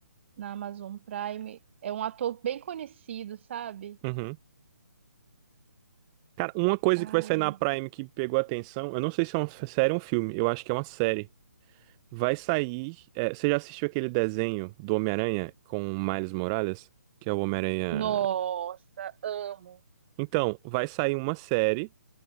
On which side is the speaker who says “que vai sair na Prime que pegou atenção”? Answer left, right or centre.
Right